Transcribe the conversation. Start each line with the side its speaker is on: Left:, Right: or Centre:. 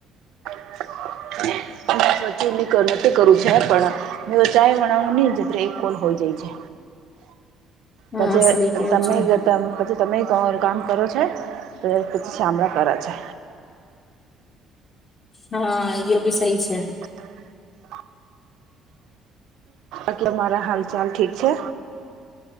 Right: સચિ નથી કરું છે પણ જોવ ચાય બનાવું નહી જ એક કોલ હોય જાય છે.
Left: હા
Right: પછી
Left: સહી કેવો
Right: તમે
Left: છો
Right: ત પછી તમે ક કામ કરો છો એટલે પછી શામળા કરે છે.
Left: હા એ બી સહી છે.
Right: <inaudible> એટલે મારા હાલ ચાલ ઠીક છે.